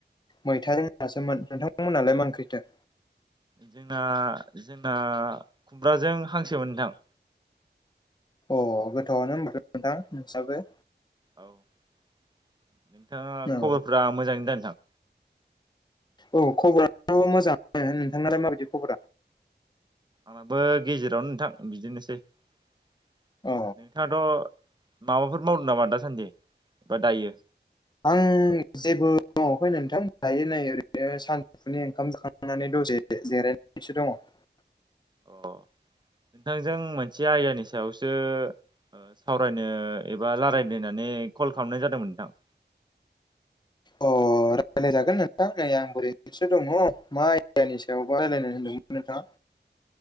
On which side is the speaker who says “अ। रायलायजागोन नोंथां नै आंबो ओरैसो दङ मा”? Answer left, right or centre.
Left